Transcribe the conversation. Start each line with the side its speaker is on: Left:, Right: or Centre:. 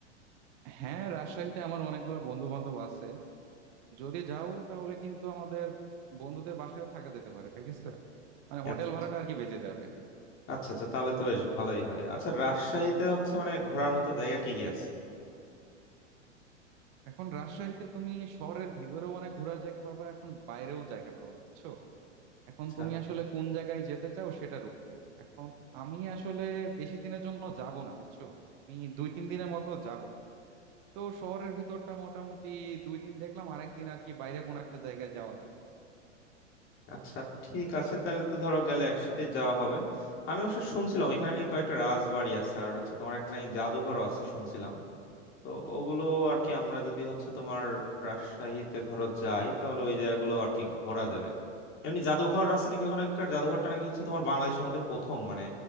Right: হ্যাঁ রাজশাহীতে আমার অনেকগুলো বন্ধু বান্ধব আছে যদি যাও তাহলে কিন্তু আমাদের বন্ধুদের বাসায়ও থাকা যেতে পারে ঠিক আছে মানে হোটেল
Left: আচ্ছা
Right: ভাড়াটা আর কি বেঁচে যাবে
Left: আচ্ছা আচ্ছা, তাহলে তো বেশ ভালোই হয় আচ্ছা রাজশাহীতে হচ্ছে মানে ঘোরার মতো জায়গা কি কি আছে
Right: এখন রাজশাহীতে তুমি শহরের ভিতরেও অনেক ঘোরার জায়গা পাবা এখন বাইরেও জায়গা পাবা বুঝছো এখন
Left: আচ্ছা।
Right: তুমি আসলে কোন জায়গায় যেতে চাও সেটার উপরে এখন আমি আসলে বেশি দিনের জন্য যাব না বুঝছো আমি দুই তিন দিনের মতো যাব তো শহরের ভিতরটা মোটামুটি দুই দিন দেখলাম আরেকদিন আর কি বাইরে কোনো একটা জায়গায় যাওয়া যায়
Left: আচ্ছা ঠিক আছে তাহলে তো ধরো গেলে একসাথে যাওয়া হবে আমি অবশ্য শুনছিলাম এখানে নাকি কয়েকটা রাজবাড়ি আছে আর হচ্ছে তোমার একটা নাকি জাদুঘরও আছে শুনছিলাম তো ওগুলো আর কি আমরা যদি হচ্ছে তোমার রাজশাহীতে ধরো যাই তাহলে ওই জায়গাগুলো আর কি ঘোরা যাবে এমনি জাদুঘর আছে নাকি ওখানকার জাদুঘরটা নাকি হচ্ছে তোমার বাংলাদেশের মধ্যে প্রথম মানে